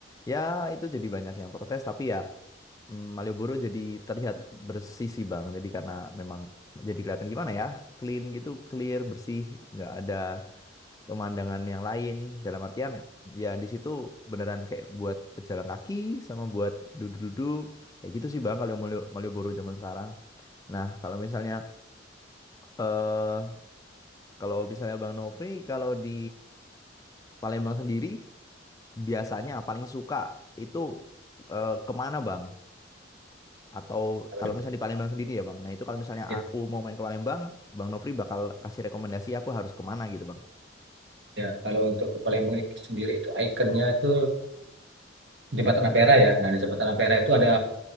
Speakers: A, on the left (about 20°); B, on the right (about 60°).
A: ya itu jadi banyak yang protes tapi ya mm, Malioboro jadi terlihat bersih sih Bang. Jadi karena memang jadi kelihatan gimana ya? Clean gitu, clear, bersih, nggak ada pemandangan yang lain dalam artian ya di situ beneran kayak buat pejalan kaki sama buat duduk-duduk kayak gitu sih Bang kalau Malio- Malioboro zaman sekarang. Nah, kalau misalnya eh kalau misalnya Bang Nofri kalau di Palembang sendiri biasanya paling suka itu eh, kemana Bang? Atau
B: Kalau
A: kalau
B: di-
A: misalnya di Palembang sendiri ya Bang. Nah, itu kalau misalnya
B: Ya,
A: aku mau main ke Palembang, Bang Nofri bakal kasih rekomendasi aku harus kemana gitu Bang.
B: ya, kalau untuk ke Palembang sendiri itu ikonnya itu Jembatan Ampera ya. Nah, di Jembatan Ampera itu ada